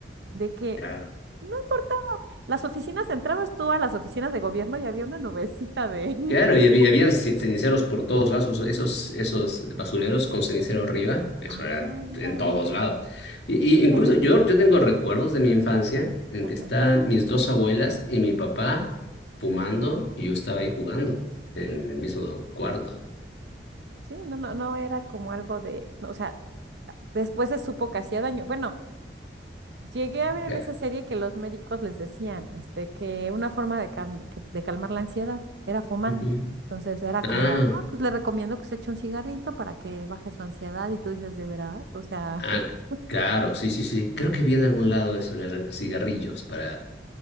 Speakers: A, on the right; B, on the left.
A: De que
B: claro.
A: no importa, las oficinas, entrabas tú a las oficinas de gobierno y había una nubecita de... <laughs>
B: Claro, y había, habían ce- ceniceros por todos lados, esos, esos esos basureros con cenicero arriba, eso
A: Ándale,
B: era en todos lados. Y, y incluso
A: ya no existe.
B: yo, yo tengo recuerdos de mi infancia en
A: Ajá.
B: que están mis dos abuelas y mi papá fumando y yo estaba ahí jugando en
A: Sí,
B: el mismo cuarto.
A: sí, no, no, no era como algo de, no, o sea, después se supo que hacía daño. Bueno, llegué a ver en
B: Ya.
A: esa serie que los médicos les decían, este, que una forma de, cam- que- de calmar la ansiedad era fumando.
B: Ujú.
A: Entonces era como,
B: Ah,
A: ah, pues le recomiendo que se eche un cigarrito para que baje su ansiedad y tú dices, ¿de veras? O sea,
B: ah,
A: <laughs>
B: claro, sí, sí, sí. Creo que vi en algún lado eso de re- cigarrillos para...